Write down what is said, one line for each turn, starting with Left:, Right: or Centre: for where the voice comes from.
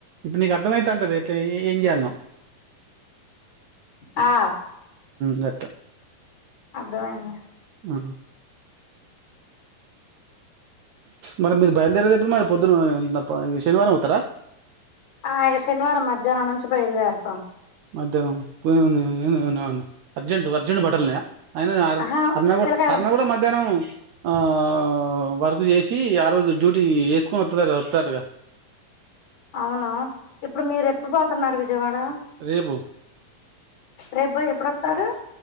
Right: ఇప్పుడు నీకు అర్థమైతంటది ఎట్లా ఏం చేయాలనో
Left: ఆ
Right: గత
Left: అర్థమైంది
Right: ఆ మరి మీరు బయలుదేరేది ఎప్పుడు మరి పొద్దున్న శనివారం అవుతారా
Left: ఆ ఇక శనివారం మధ్యాహ్నం నుంచి బయలుదేరతాం
Right: మధ్యాహ్నం పను అర్జెంట్ అర్జెంట్ బాట్టల్ ఉన్నాయా అయినా అ
Left: ఆహా
Right: అర్న కూడా
Left: పిల్లకాయలు
Right: అర్న కూడ మధ్యాహ్నం ఆ వర్క్ చేసి ఆ రోజు డ్యూటీ వేసుకొని వత్త దంట వత్తదంటగా
Left: అవును ఇప్పుడు మీరు ఎప్పుడు పోతన్నారు విజయవాడ
Right: రేపు
Left: రేప్ పోయి ఎప్పుడొత్తారు